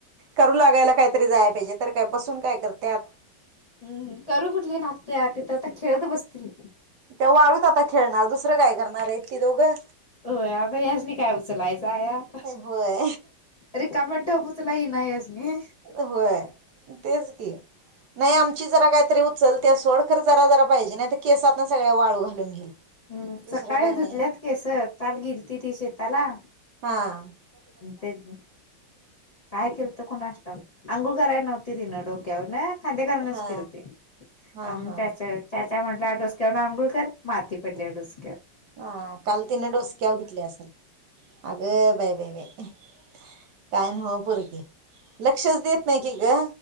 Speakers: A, on the right; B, on the left.
A: करू लाग <unintelligible> काहीतरी जाया पाहिजे तर काय बसून काय करत्यात?
B: हम्म करू कुठली लागत्यात तिथ आता खेळत बसतील.
A: त्या वाळूत आता खेळणार दुसरं दुसरं काय करणार हाईत ती दोघं
B: होय आता यासनी काय उचलायचं हाय
A: होय.
B: रिकामा टप! <unintelligible> येईन आहे हेस घे
A: होय तेच की नाही आमची जरा काहीतरी उत चल त्या सो, खर जरा-जरा पाहिजे, नाही तर केसातनं सगळ्या वाळू घालून घेईल.
B: हम्म
A: दुसरं
B: सकाळी
A: काय नाही
B: धुतल्यात केस काल गेलती ती शेताला.
A: हाआ
B: तेन काय केलत कोणास ठाव. आंघोळ कराय नवती तिनं डोक्यावरनं? कांदे घालूनच
A: हा.
B: केल हुतें
A: हा
B: अम
A: हा
B: च्या चाय च्या चाय त्या म्हटल्या डोसक्यावरन आंघोळकर, माती पडल्या डोसक्यात.
A: हा काल तीनं डोसक्याव घेतली असल. अगं बाई! बाई! बाई! काय नव्ह पोरगी लक्षच देत नाही की ग